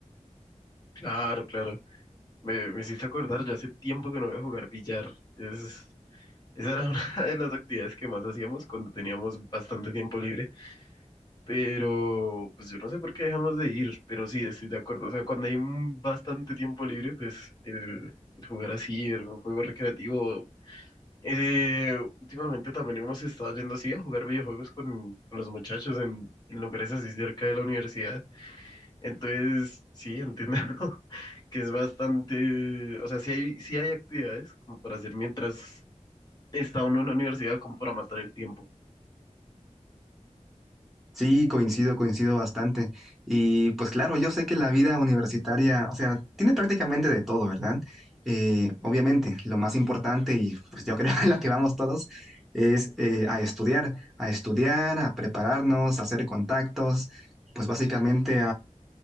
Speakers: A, on the left (about 35°); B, in the centre.
A: Claro, claro. Me, me hiciste acordar, yo hace tiempo que no voy a jugar billar. Es, esa era <laughs> una de las actividades que más hacíamos cuando teníamos bastante tiempo libre. Pero, pues yo no sé por qué dejamos de ir, pero sí, estoy de acuerdo. O sea, cuando hay un bastante tiempo libre, pues el, el jugar así, el juego recreativo. Eh, últimamente también hemos estado yendo así a jugar videojuegos con, con los muchachos en, en lugares así cerca de la universidad. Entonces, sí, entiendo <laughs> que es bastante, o sea, sí hay, sí hay actividades como para hacer mientras está uno en la universidad, como para matar el tiempo.
B: Sí, coincido, coincido bastante. Y pues claro, yo sé que la vida universitaria, o sea, tiene prácticamente de todo, ¿verdad? Eh, obviamente, lo más importante y pues yo creo <laughs> en lo que vamos todos es eh, a estudiar, a estudiar, a prepararnos, a hacer contactos, pues básicamente